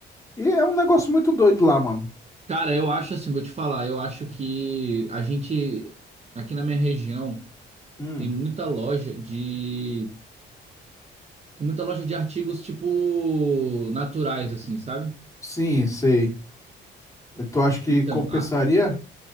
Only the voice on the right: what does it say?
Cara, eu acho assim, vou te falar, eu acho que a gente, aqui na minha região,
tem muita loja de. Tem muita loja de artigos, tipo, naturais, assim, sabe?
Então,
a-